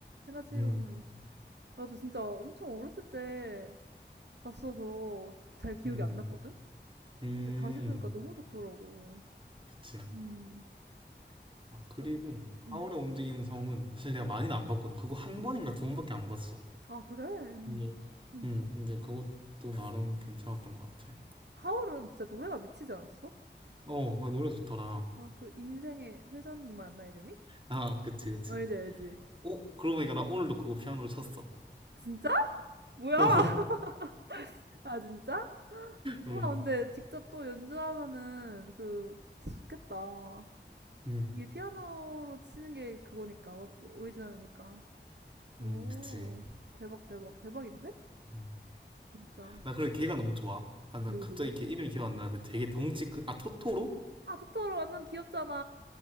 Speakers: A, on the right; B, on the right.
A: 생가치로는,
B: 음,
A: 나도 진짜 엄청 어렸을 때 봤어서 잘 기억이
B: 음,
A: 안 났거든?
B: 음,
A: 근데 다시 보니까 너무 좋더라고.
B: 그치.
A: 음,
B: 아,
A: 진짜.
B: 그리고 하울의
A: 음.
B: 움직이는 성은 사실 내가 많이는 안 봤거든. 그거 한 번인가 두 번밖에 안 봤어.
A: 아, 그래? 음.
B: 근
A: 음.
B: 음, 근데 그것도 나름 괜찮았던 것 같아.
A: 하울은 진짜 노래가 미치지 않았어?
B: 어, 그 노래 좋더라.
A: 아, 그 인생의 회전목 맞나 이름이?
B: 아, 그치, 그치.
A: 아, 알지, 알지.
B: 어, 그러고 보니까 나 오늘도 그거 피아노를 쳤어.
A: 진짜? 뭐야?
B: <laughs>
A: <laughs> 아, 진짜?
B: 음,
A: 와, 근데 직접 또 연주하면은 그 좋겠다.
B: 음,
A: 이게 피아노로 치는 게 그거니까, 오- 오리지널이니까.
B: 음,
A: 오,
B: 그치.
A: 대박, 대박, 대박인데?
B: 음.
A: 진짜.
B: 나 그래, 걔가 너무 좋아. 아, 나
A: 누구,
B: 갑자기
A: 누구?
B: 걔 이름이 기억 안 나는데 되게 덩치 큰, 아, 토토로?
A: 아, 토토로 완전 귀엽잖아.